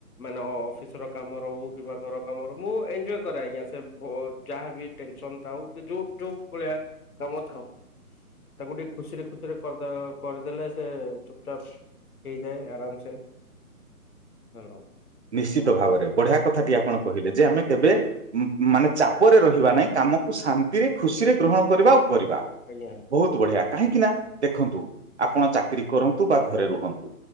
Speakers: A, on the left; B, on the right.
A: ମାନେ ଅ ଅଫିସ ର କାମ ରହୁ କିବା ଘର କାମ ରହୁ ମୁଁ ଏନ୍ଞ୍ଜେୟ କରେ ଆଜ୍ଞା। ସେ ଭ ଯାହା ବି ଟେନସନ୍ ଥାଉ କି ଯୋଉ ଯୋଉ ଭଳିଆ କାମ ଥାଉ। ତାକୁ ଟିକେ ଖୁସିରେ ଖୁସିରେ କରିଦଆ କରିଦେଲେ ସେ ଚୁପଚାପ୍ ହେଇଯାଏ ଆରାମ ସେ ହେଲୋ।
B: ନିଶ୍ଚିତ ଭାବରେ ବଢିଆ କଥାଟିଏ ଆପଣ କହିଲେ ଯେ ଆମେ କେବେ ଉ ମାନେ ଚାପରେ ରହିବା ନାହିଁ କାମକୁ ଶାନ୍ତିରେ ଖୁସିରେ ଗ୍ରହଣ କରିବା ଆଉ କରିବା
A: ଆଜ୍ଞା
B: ବହୁତ ବଢିଆ। କାହିଁକି ନା ଦେଖନ୍ତୁ ଆପଣ ଚାକିରୀ କରନ୍ତୁ ବା ଘରେ ରୁହନ୍ତୁ।